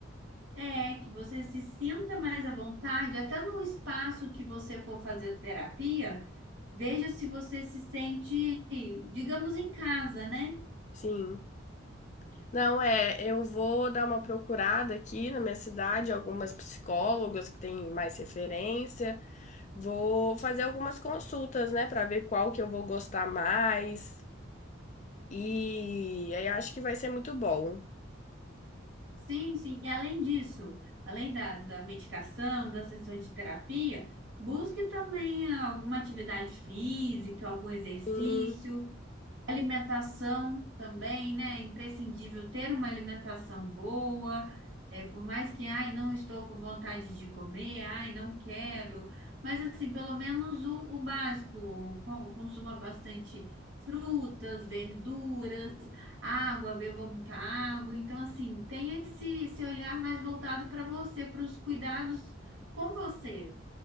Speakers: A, on the right; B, on the left.
A: é, que você se sinta mais à vontade, até no espaço que você for fazer terapia, veja se você se sente, digamos, em casa, né?
B: Sim. Não, é, eu vou dar uma procurada aqui na minha cidade, algumas psicólogas que têm mais referência. Vou fazer algumas consultas, né, para ver qual que eu vou gostar mais. E aí eu acho que vai ser muito bom.
A: Sim, sim. E além disso, além da, da medicação, da sessão de terapia, busque também alguma atividade física, algum exercício.
B: Hum,
A: Alimentação também, né? É imprescindível ter uma alimentação boa, é, por mais que, ai, não estou com vontade de comer, ai, não quero, mas assim, pelo menos o, o básico, co- consuma bastante frutas, verduras, água, beba muita água, então assim, tenha esse, esse olhar mais voltado para você, para os cuidados com você.